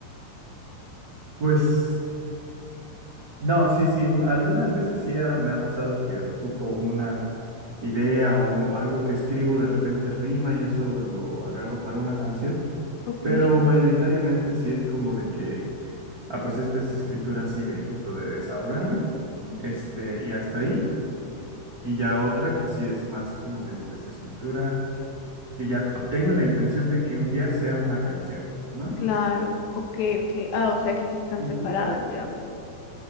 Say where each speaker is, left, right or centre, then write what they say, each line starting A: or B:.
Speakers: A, on the right (about 65°); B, on the left (about 75°).
A: pues. No, sí, sí, un- algunas veces sí ha- me ha pasado que ocupo una idea o algo que escribo de repente rima y eso lo agarro para una canción,
B: Ok.
A: pero mayoritariamente sí es como de que, ah, pues esta es escritura así de justo de desahogarme,
B: Ujú.
A: este, y hasta ahí, y ya otra que sí es más como de esta es escritura, que ya tengo la intención de que un día sea una canción, ¿no?
B: Claro, ok, ok. Ah, o sea que sí están
A: ¿Y
B: separadas,
A: tú qué?
B: digamos.